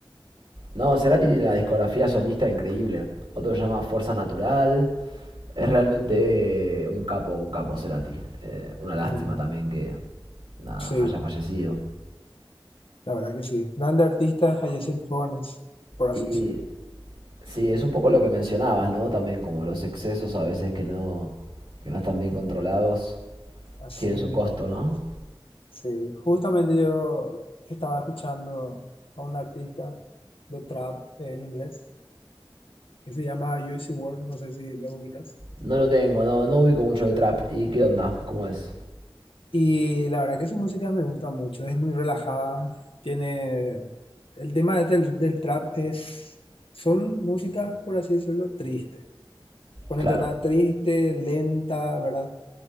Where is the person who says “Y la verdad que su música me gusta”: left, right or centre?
Left